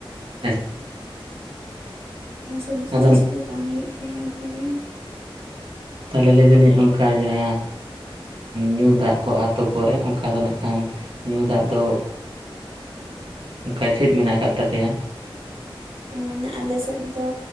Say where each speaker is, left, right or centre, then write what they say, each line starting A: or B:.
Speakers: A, on the right; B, on the right.
A: ᱟᱪᱪᱷᱟᱼᱪᱷᱟ ᱾
B: ᱥᱚᱵᱥᱤ
A: ᱟᱫᱚ
B: ᱪᱟᱥ ᱠᱚᱫᱚ ᱵᱟᱝ ᱦᱩᱭᱩᱜ ᱜᱮᱭᱟ ᱵᱷᱟᱜᱤ ᱾
A: ᱛᱟᱦᱚᱞᱮ ᱞᱟᱹᱭ ᱫᱟᱹᱞᱤᱧ ᱚᱱᱠᱟ ᱡᱟᱦᱟᱸ ᱧᱩ ᱫᱟᱜ ᱠᱚ ᱟᱛᱩ ᱠᱚᱨᱮ ᱚᱱᱠᱟ ᱫᱚ ᱱᱟᱜ ᱠᱷᱟᱱ ᱧᱩ ᱫᱟᱜ ᱫᱚ ᱚᱱᱠᱟ ᱪᱮᱫ ᱢᱮᱱᱟᱜ ᱟᱠᱟᱫ ᱛᱟᱯᱮᱭᱟ?
B: ᱢᱟᱱᱮ ᱟᱞᱮ ᱥᱮᱫ ᱫᱚ